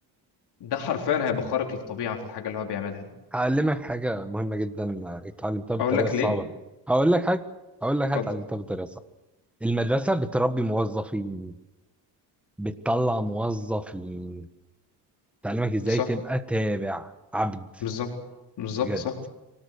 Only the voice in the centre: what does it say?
هعلمك حاجه مهمه جدا اتعلمتها بالطريقه
الصعبه
هقول لك حاجه هقول لك
حاجه اتعلمتها بالطريقه الصعبه المدرسه بتربي موظفين بتطلع موظفين تعلمك ازاي
تبقى تابع عبد
بجد